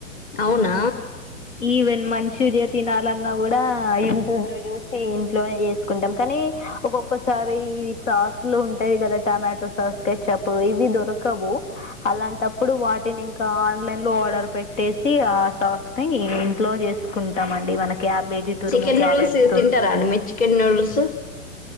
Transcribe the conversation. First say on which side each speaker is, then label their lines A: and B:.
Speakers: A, on the left; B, on the left.
A: అవున
B: ఈవెన్ మంచూరియా తినాలన్నా కూడా యూ టాబ్ లో చూసి ఇంట్లోనే చేసుకుంటాం కానీ ఒక్కొక్కసారి సాస్లు ఉంటాయి కద టమాటో సాస్ క చెప్పు ఇవి దొరకవు అలాంటప్పుడు వాటి అంటే నే ఇంకా ఆన్లైన్లో ఆర్డర్ పెట్టేసి సాస్ ని ఇంట్లో చేసుకుంటాం అండి మనకి క్యాబేజీ తూరుము
A: చికెన్
B: క్యారెట్
A: నూడిల్స్
B: తూర్
A: తింటారా అండి మీరు చికెన్ నూడిల్స్